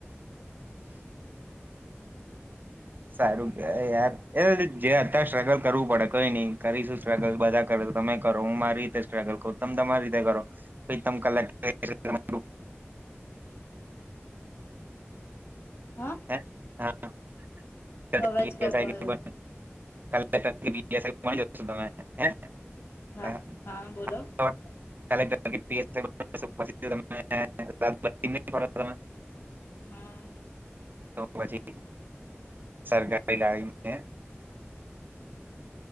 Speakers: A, on the right; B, on the left.
A: સારું યાર એ જે અત્યારે સ્ટ્રગલ કરવું પડે કોઈ નઈ કરીશું સ્ટ્રગલ બધા કરે. તમે કરો હું મારી રીતે સ્ટ્રગલ કું તમે તમારી રીતે કરો પ ત કલા
B: હા
A: હ હા છો
B: અવાજ કપાયો
A: તમે હ
B: હા હા બોલો
A: હ <unintelligible> ભ તને
B: હા
A: તો પછી સરકારી ગડી ને